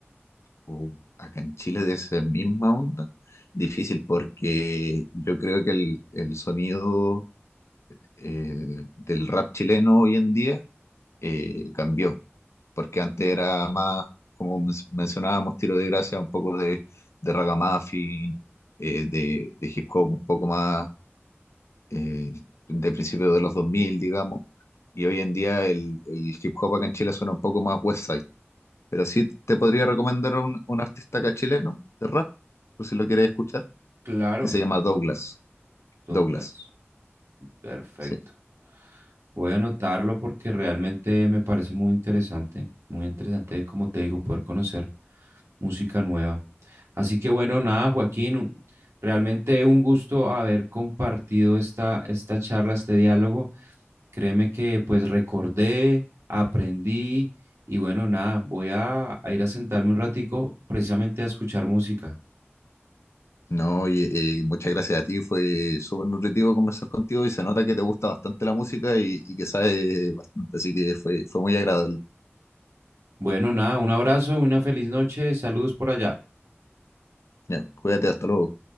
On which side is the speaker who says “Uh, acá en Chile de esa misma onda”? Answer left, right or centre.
Left